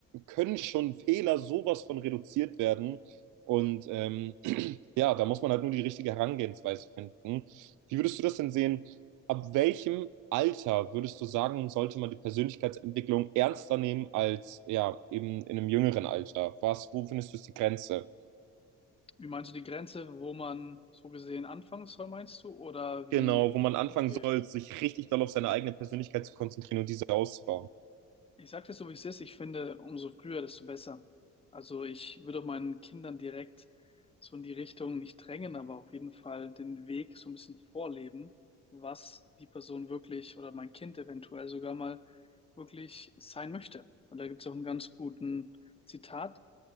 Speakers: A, on the right; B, on the left.
A: können schon Fehler sowas von reduziert werden. Und ähm, <clears throat> ja, da muss man halt nur die richtige Herangehensweise finden. Wie würdest du das denn sehen? ab welchem Alter würdest du sagen, sollte man die Persönlichkeitsentwicklung ernster nehmen als ja eben in einem jüngeren Alter? Was, wo findest du ist die Grenze?
B: Wie meinst du die Grenze, wo man so gesehen anfangen soll, meinst du? Oder
A: Genau,
B: wie,
A: wo man anfangen
B: okay,
A: soll, sich richtig doll auf seine eigene Persönlichkeit zu konzentrieren und diese auszubauen.
B: Ich sage dir so, wie es ist. Ich finde, umso früher, desto besser. Also ich würde auch meinen Kindern direkt so in die Richtung nicht drängen, aber auf jeden Fall den Weg so ein bisschen vorleben, was die Person wirklich oder mein Kind eventuell sogar mal wirklich sein möchte. Und da gibt es auch einen ganz guten Zitat.